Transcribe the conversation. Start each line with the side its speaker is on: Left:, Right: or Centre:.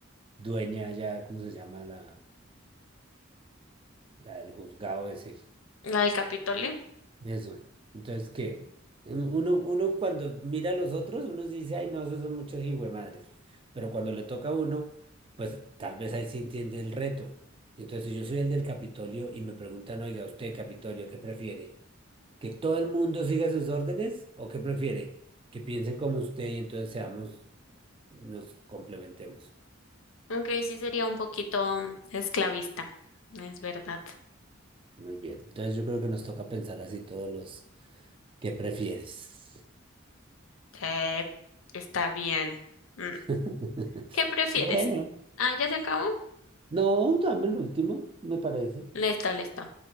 Right: dueña ya, ¿cómo se llama? La, la del juzgado ese.
Left: La del Capitolio.
Right: Eso. Entonces, ¿qué? Uno, uno cuando mira a los otros, uno sí dice, ay, no, esos son muchos hijuemadres. Pero cuando le toca a uno, pues tal vez ahí se entiende el reto. Entonces, si yo soy el del Capitolio y me preguntan, oiga, usted, Capitolio, ¿qué prefiere? ¿Que todo el mundo siga sus órdenes o qué prefiere? Que piensen como usted y entonces seamos, nos complementemos.
Left: Aunque sí sería un poquito mm, esclavista, es verdad.
Right: Muy bien. Entonces, yo creo que nos toca pensar así todos los, ¿qué prefieres?
Left: Sí, está bien. Mm.
Right: <laughs>
Left: ¿Qué prefieres?
Right: Bueno.
Left: Ah, ¿ya se acabó?
Right: No, dame el último, me parece.
Left: Listo, listo.